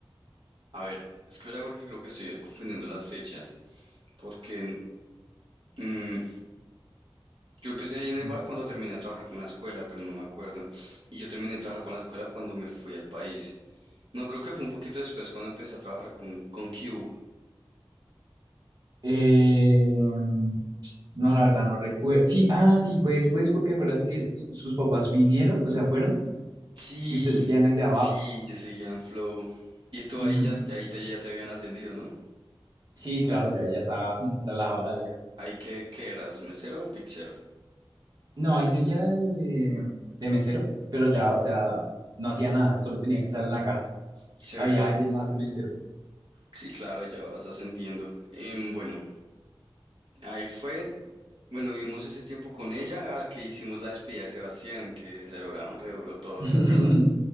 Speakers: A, on the right; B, on the right.
A: a ver, es que verdad porque creo que estoy confundiendo las fechas, porque mm, Yo empecé ahí en
B: Ujú.
A: el bar cuando terminé a trabajar con la escuela, pero no me acuerdo. Y yo terminé de trabajar con la escuela cuando me fui al país. No, creo que fue un poquito después cuando empecé a trabajar con, con Cube.
B: Eh, mm, no, la verdad, no recuerdo. Sí, ah, sí, fue después porque acuérdate que sus papás vinieron, o sea, fueron
A: Sí,
B: y usted seguía en el de abajo.
A: sí, yo seguía en Flow. Y tú
B: Ujú.
A: ahí ya, ahí te, ya te habían ascendido, ¿no?
B: Sí, claro, yo ella estaba mm, relajada la vida.
A: Ahí que, qué eras, mesero o pixero?
B: No, ahí seguía de, de mesero, pero ya, o sea, no hacía nada, solo tenía que estar en la caja.
A: Severo.
B: Había alguien más de mesero.
A: Sí, claro, ya vas ascendiendo. Em, bueno, ahí fue. Bueno, vivimos ese tiempo con ella, ah, que hicimos la despedida de Sebastián, que se drogaron re duro todos,
B: <laughs>
A: ¿te acuerdas?